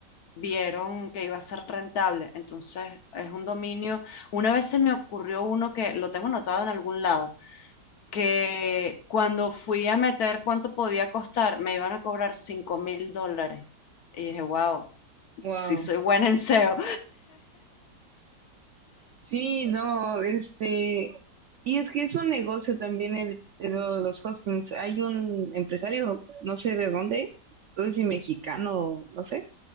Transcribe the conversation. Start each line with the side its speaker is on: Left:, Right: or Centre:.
Left: vieron que iba a ser rentable. Entonces es un dominio. Una vez se me ocurrió uno que lo tengo anotado en algún lado que cuando fui a meter cuánto podía costar, me iban a cobrar cinco mil dólares. Y dije, wow,
Right: Wow.
Left: sí soy buena en SEO.
Right: Sí, no, este, y es que es un negocio también el, el- lo- los hostings. Hay un empresario, no sé de dónde, no sé si mexicano, no sé,